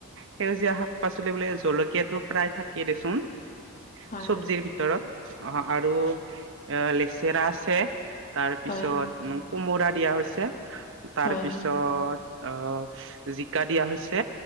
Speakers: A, on the right; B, on the left.
A: সেউজীয়া শাক পাচলি বোলে জলকীয়াটো প্ৰায় থাকেই দেচোন
B: হয়
A: চব্জিৰ ভিতৰত অ আৰু এ লেচেৰা আছে তাৰ পিছত
B: হয়
A: কোমোৰা দিয়া হৈছে তাৰপিছত
B: হয় হয়
A: অ জিকা দিয়া হৈছে